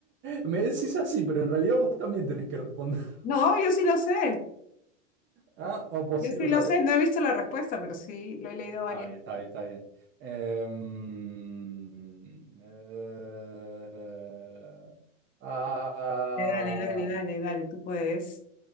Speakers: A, on the right; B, on the left.
A: Me decís así, pero en realidad vos también tenés que responder. <laughs>
B: No, yo sí lo sé.
A: Ah, o vos
B: Yo
A: sí
B: sí
A: lo
B: lo
A: sabés.
B: sé. No he visto la respuesta, pero sí lo he leído
A: Está
B: varias
A: bien,
B: veces.
A: está bien, está bien. Em, eh, ah.
B: Dale, dale, dale, dale. Tú puedes.